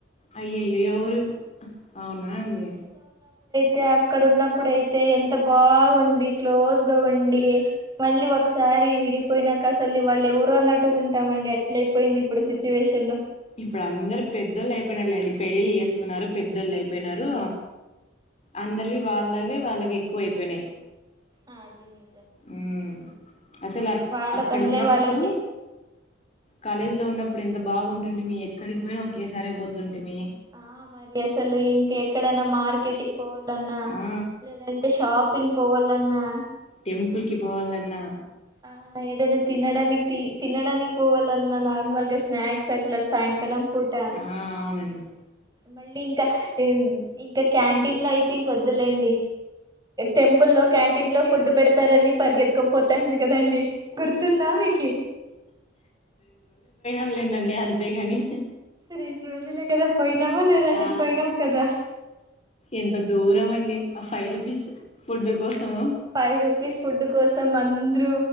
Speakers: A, on the left (about 35°); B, on the right (about 20°).
A: అయ్యయ్యో ఎవరు అవునా అండి
B: తే అక్కడ ఉన్నప్పుడుయితే ఎంత బాగుంది క్లోజ్గా ఉండి మళ్ళీ ఒకసారి విడి పోయినాక అసలు వాళ్ళు ఎవరో అన్నట్టుగుంటామండి అట్లైపోయింది ఇప్పుడు సిచ్యువేషన్
A: ఇప్పుడు అందరు పెద్దోళ్ళు అయిపోయినారు లేండి పెళ్ళిళ్ళు చేసుకున్నారు పెద్దోళ్ళు అయిపోయినారు అందరివీ వాళ్ళై వి వాళ్ళకి ఎక్కువ అయిపోయినాయి
B: ఆ అదినీ
A: ఉమ్ అసలు అక్
B: వాళ్ళ
A: అక్కడున్నప్పుడు
B: పనులే వాళ్ళకి
A: కాలేజ్ లో ఉన్నప్ ప్పుడెంత బాగుంటుండిమి ఎక్కడికి పోయినా ఒకేసారి పోతుంటిమి
B: ఆ మరి అసలు ఇంక ఎక్కడనా మార్కెట్ పోవాలన్నా
A: ఆ
B: లేదంటే షాపింగ్ పోవాలన్నా
A: టెంపుల్ కి పోవాలన్నా
B: ఆ ఏదనా తినడానికి తి తినడానికి పోవాలన్నా నార్మల్గా స్నాక్స్ తెట్లా సాయంకాలం పూట
A: ఆ అవునండి
B: మళ్ళీ ఇంకా ఇంక క్యాంటీన్ లో అయితే ఇంకొద్దులేండి టెంపుల్ లో క్యాంటీన్ లో ఫుడ్ పెడు తారని పరిగెత్కపోతాంది కదండి గుర్తుందా మీకి
A: ఏండండి అంతేగాని
B: రెండు రోజులే కదా పోయినామా లేదండి
A: ఆ
B: పోయినాం కదా
A: ఎంత దూరం అండి ఆ ఫైవ్ రూపీస్ ఫుడ్ కోసము
B: ఫైవ్ ఆ రూపీస్ ఫుడ్ కోసం అన్ అంద్రూ